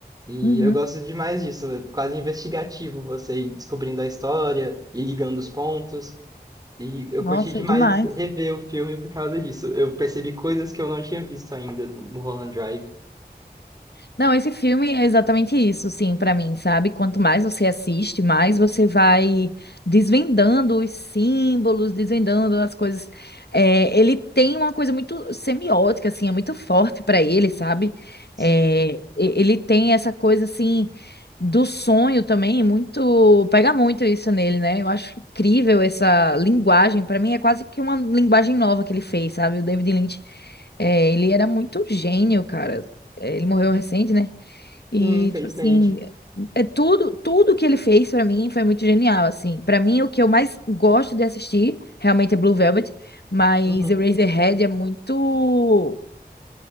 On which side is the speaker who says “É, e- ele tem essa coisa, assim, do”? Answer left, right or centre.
Left